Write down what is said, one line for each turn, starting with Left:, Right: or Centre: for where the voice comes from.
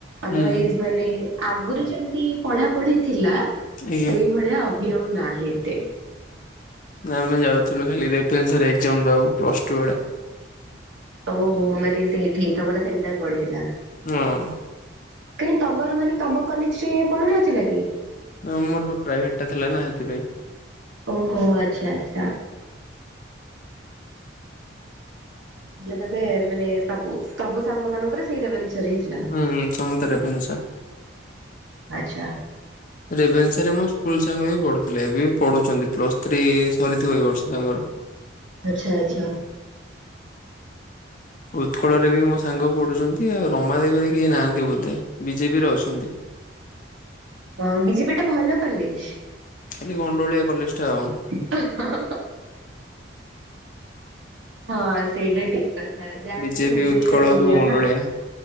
Right: ଅଦରୱାଇଜ
Left: ହୁଁ
Right: ମାନେ ଆଗରୁ ଯେମତି ପଢା ପଢି ଥିଲା।
Left: ଆଜ୍ଞା।
Right: ସେଇଭଳିଆ ଅଭି ଆଉ ନାହିଁ ଏତେ।
Left: ନା ଆମେ ଯାଉଥିଲୁ ଖାଲି ରେଭେନ୍ସାରେ ଏଗ୍ଜାମ୍ ଦବାକୁ ପ୍ଲସ୍ ଟୁ ବେଳେ।
Right: ଓହୋ ମାନେ ସେଇଠି ତମର ସେଣ୍ଟର ପଡିଥିଲା।
Left: ହଁ।
Right: କାହିଁ ତମର ମାନେ ତମ କଲେଜରେ ପଡୁନଥିଲା କି?
Left: ହଁ ମୋର ପ୍ରାଇଭେଟ ଟା ଥିଲା ନା ସେଥିପାଇଁ।
Right: ଓହୋ ଆଚ୍ଛା ଆଚ୍ଛା। ହେଲେ ତମେ ମାନେ ସବୁ ସବୁ ସାଙ୍ଗ ମାନଙ୍କର ସେଇ ରେଭେନ୍ସା ସାରେ ହେଇଥିଲା।
Left: ହୁଁ ସମସ୍ତେ ରେଭେନ୍ସା।
Right: ଆଚ୍ଛା।
Left: ରେଭେନ୍ସାରେ ମୋ ସ୍କୁଲ ସାଙ୍ଗ ବି ପଢୁଥିଲେ ଏବେ ବି ପଢୁଛନ୍ତି ପ୍ଲସ୍ ଥ୍ରୀ ସରିଥିବ ଏଇ ବର୍ଷ ତାଙ୍କର।
Right: ଆଚ୍ଛା ଆଚ୍ଛା।
Left: ଉତ୍କଳରେ ବି ମୋ ସାଙ୍ଗ ପଢ଼ୁଛନ୍ତି ଆଉ ରମାଦେବୀରେ କେହି ନାହାନ୍ତି ବୋଧେ ବି ଜେ ପିରେ ଅଛନ୍ତି। <inaudible>
Right: ହଁ ବିଜେପି ଟା ଭଲ କଲେଜ୍।
Left: ଖାଲି ଗଣ୍ଡଗୋଳିଆ କଲେଜ୍ ଟା ଆଉ।
Right: <unintelligible> ହଁ ସେଇଟା ଠିକ୍ କଥା ଯାହାବି
Left: ବିଜେପି
Right: ହେଲେ ଭୁବନେଶ୍ଵର
Left: ଉତ୍କଳ
Right: ଏରିଆ
Left: ସବୁ ଗଣ୍ଡୋଳିଆ।
Right: ନା।